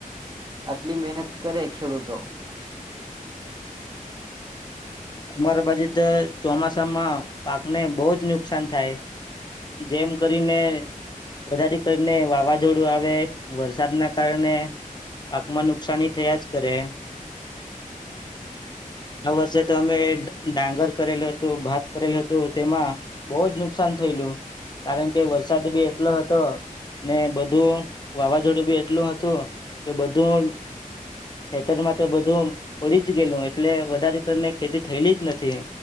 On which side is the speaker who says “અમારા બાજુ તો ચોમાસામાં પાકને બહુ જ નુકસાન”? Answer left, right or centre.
Left